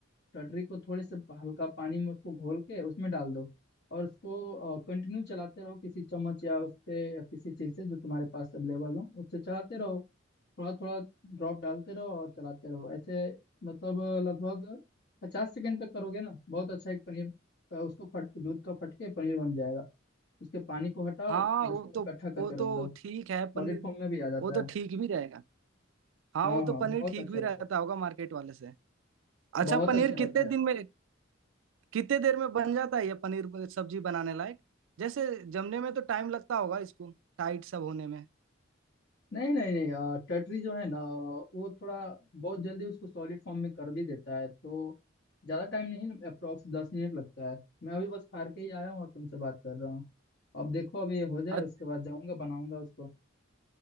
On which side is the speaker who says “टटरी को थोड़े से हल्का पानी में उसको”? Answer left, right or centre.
Left